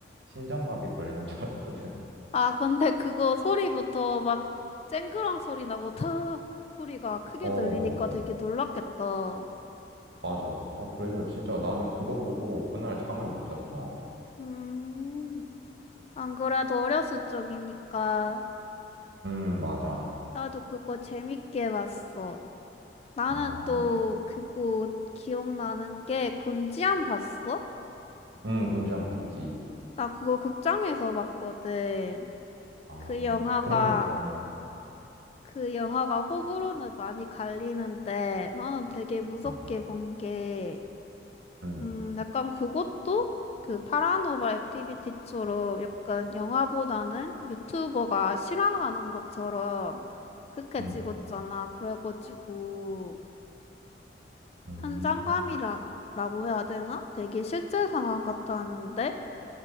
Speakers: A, on the right; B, on the left.
A: 심장마비 걸리는 줄 알았거든. <laughs>
B: 아, 근데 그거 소리부터 막 쨍그랑 소리 나고 탁 소리가 크게
A: 어, 어,
B: 들리니까 되게 놀랐겠다.
A: 맞아. 아, 그래서 진짜 나는 그거 보고 그날 잠을 못 잤어.
B: 음. 안 그래도 어렸을 적이니까
A: 음, 맞아.
B: 나도 그거 재밌게 봤어. 나는
A: 아.
B: 또 그거 기억나는 게 곤지암 봤어?
A: 응, 곤지암 봤지.
B: 나 그거 극장에서 봤거든.
A: 아,
B: 그 영화가
A: 그러면 더,
B: 그 영화가 호불호는 많이 갈리는데 나는 되게 무섭게
A: 아,
B: 본게
A: 응,
B: 음, 약간 그것도 그 파라노멀 액티비티처럼 약간 영화보다는 유튜버가 실황하는 것처럼 그렇게
A: 응,
B: 찍었잖아. 그래가지고
A: 음,
B: 현장감이라고 해야 되나? 되게 실제 상황 같았는데